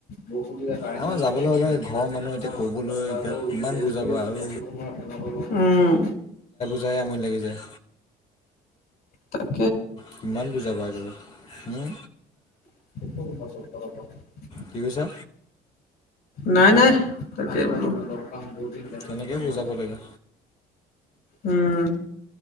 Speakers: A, on the left; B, on the left.
A: বৰষুণ দিলে কাৰেণ্ট
B: আমাৰ
A: নাথাকে।
B: যাবলৈ হ'লে ঘৰৰ মানুহ এতিয়া
A: অ',
B: ক'বলৈ
A: তাপা
B: এতিয়া
A: আকৌ
B: কিমান
A: ৰ'দ
B: বুজাবা
A: দিলে তাত
B: আৰু
A: থাকিব নোৱা নগলো। উম।
B: যাই আমনি লাগি যায়।
A: তাক
B: কিমান বুজাবা এইদালক। উম।
A: <unintelligible>
B: কি কৈছা?
A: নাই, নাই। তাকে বোলো। এবাৰ লগ পাম পাম বহুদিন দেখা-শুনা
B: তেনেকেই
A: হোৱা
B: বুজাব
A: নাই।
B: লাগে
A: উম।